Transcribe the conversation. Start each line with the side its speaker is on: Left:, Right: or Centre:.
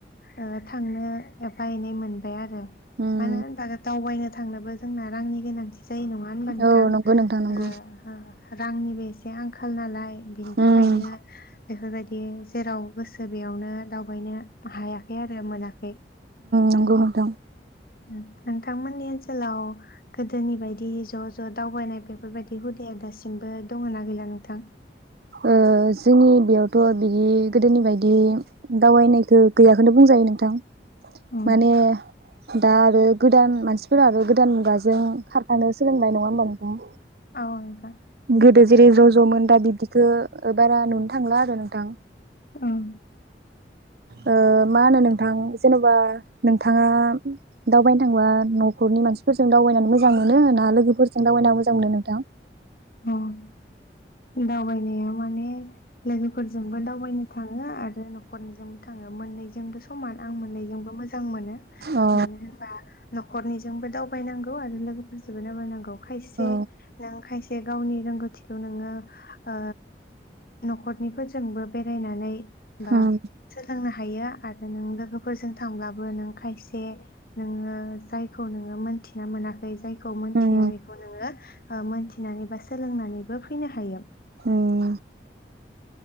Left: ओ थांनो एफा एनै मोनबाय आरो।
Right: उम
Left: मानो होनबानो दावबायनो था थांनोबो जोंना रांनि गोनांथि जायो नङा होनबा नोंथां
Right: औ नंगौ नोंथां नंगौ
Left: औ हा रांनिबो एसे आंखा खाल नालाय बिनि थाखायनो
Right: उम
Left: बेफोरबायदि जेराव गोसो बेयावनो बयनो हायाखै आरो मोनाखै
Right: नंगौ
Left: उम
Right: नोंथां
Left: उम नोंथांमोननि ओन सोलाव गोदोनि बायदि ज' ज' दावबायनाय बेफोरबायदि हुदाया दासिमबो दङ ना गैला नोंथां?
Right: ओ जोंनि बेयावथ' बिदि गोदोनि बायदि दावबायनायखौ गैयाखौनो बुंजायो नोंथां।
Left: औ
Right: माने दा आरो गोदान मानसि फोरा आरो गोदान मुगाजों खारफानो सोलोंबाय नङा होमबा नोंथां?
Left: औ नोंथां।
Right: गोदो जेरै ज' ज'मोन दा बिब्दिखो ओ बारा नुनो थांला आरो नोंथां।
Left: उम
Right: ओ मा होनो नोंथां जेन'बा नोंथाङा दावबायनो थांबा न'खरनि मानसिफोरजों दावबायनानै। मोजां मोनो होना लोगोफोर जों दावबायना मोजां मोनो नोंथां?
Left: औ दावबायनाया माने। लोगोफोरजोंबो दाव बानो थाङो आरो न'खरनिजोंबो थाङो मोननैजोंबो समान आं मोननैजोंबो मोजां मोनो।
Right: अ
Left: मानो होनबा न'खरनिजोंबो दाव बायनांगौ आरो लोगोफोरजोंबो न बायनांगौ। खायसे
Right: औ
Left: नों खायसे। जे गावनि रोंगौथिखौ नोङो। ओ न'खरनि फोरजोंबो बेरायनानै। बा
Right: उम
Left: सोलोंनो हायो आरो नों लोगोफोरजों। थांब्लाबो नों खायसे नोङो जायखौ नोङो मोनथिना मोनाखै जाय। खौ मोनथिया
Right: उम
Left: बेखौ नोङो। ओ मोनथिनानै बा सोलोंनानैबो फैनो। हायो।
Right: ओंम।